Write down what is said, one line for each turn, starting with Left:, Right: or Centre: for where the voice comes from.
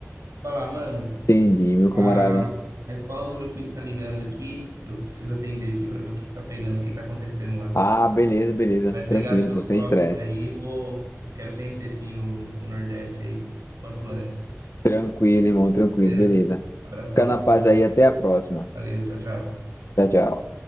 Right: Falar, mano,
Left: Entendi, meu camarada.
Right: a, a escola do meu filho tá ligando aqui, eu preciso atender aqui pra ver o que que tá pegando, o que tá acontecendo lá.
Left: Ah, beleza, beleza.
Right: Mas obrigado
Left: Tranquilo,
Right: pelos
Left: pô, sem
Right: toques
Left: estresse.
Right: aí, eu vou, eu quero conhecer, sim, o, o Nordeste aí, o quanto antes,
Left: Tranquilo, irmão, tranquilo,
Right: beleza?
Left: beleza.
Right: Abração,
Left: Fica na
Right: falou,
Left: paz aí, até a próxima.
Right: valeu, tchau, tchau.
Left: Tchau, tchau.